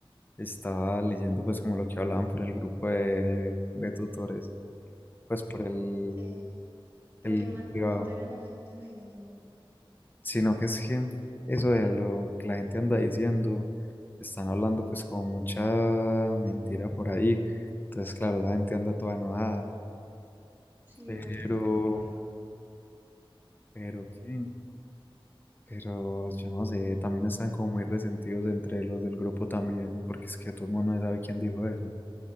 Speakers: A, on the left; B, on the right.
A: estaba leyendo pues como lo que hablaban por el grupo de de tutores. pues por el,
B: de lo
A: el
B: que man-
A: privado,
B: montaron a la gente no diciendo.
A: sino que es que eso de lo que la gente anda diciendo, están hablando pues con mucha mentira por ahí, entonces claro, la gente anda toda enojada,
B: Sí,
A: pero,
B: obvio, entendible.
A: pero qué, pero yo no sé, también están como muy resentidos entre los del grupo también, porque es que todo el mundo no sabe quién dijo eso,